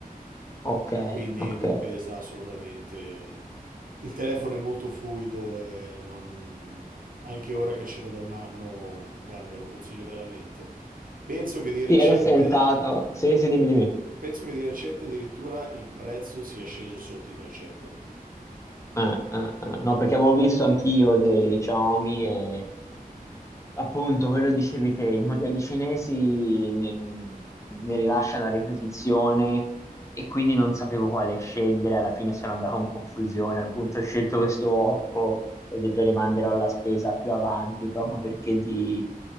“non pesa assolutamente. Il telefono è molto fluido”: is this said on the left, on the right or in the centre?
Right